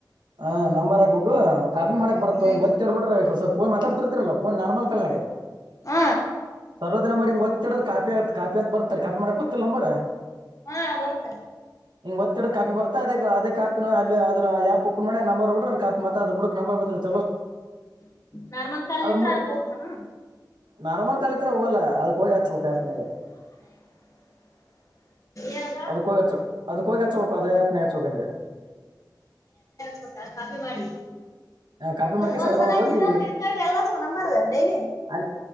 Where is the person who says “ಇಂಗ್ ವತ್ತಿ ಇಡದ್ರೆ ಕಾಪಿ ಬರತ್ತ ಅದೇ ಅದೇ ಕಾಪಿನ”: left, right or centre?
Right